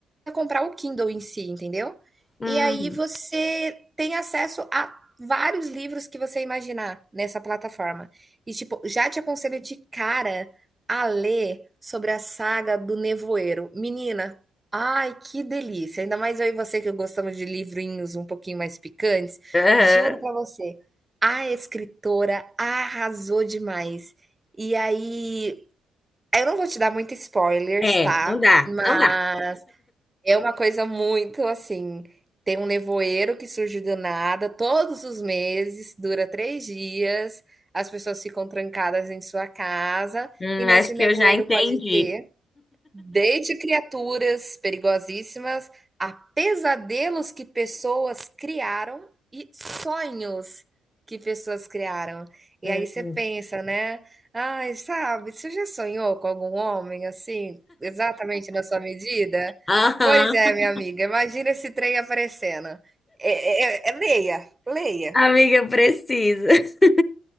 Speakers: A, on the right; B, on the left.
A: comprar o Kindle em si, entendeu?
B: Hum,
A: E aí você tem acesso a vários livros que você imaginar nessa plataforma. E, tipo, já te aconselho de cara a ler sobre a saga do Nevoeiro. Menina, ai, que delícia! Ainda mais eu e você que gostamos de livrinhos um pouquinho mais picantes.
B: aham.
A: Juro pra você, a escritora arrasou demais. E aí, eu não vou te dar muito spoilers,
B: É,
A: tá?
B: não dá,
A: Mas
B: não dá.
A: é uma coisa muito assim. Tem um nevoeiro que surge do nada todos os meses, dura três dias, as pessoas ficam trancadas em sua casa,
B: Hum,
A: e nesse
B: acho
A: nevoeiro
B: que eu já entendi.
A: pode ter Desde criaturas perigosíssimas a pesadelos que pessoas criaram e sonhos que pessoas criaram. E
B: Uhum.
A: aí você pensa, né? Ai, sabe, você já sonhou com algum homem assim, exatamente na sua medida?
B: Aham.
A: Pois é,
B: <laughs>
A: minha amiga, imagina esse trem aparecendo. É, é- é- leia, leia.
B: Amiga, eu preciso. <laughs>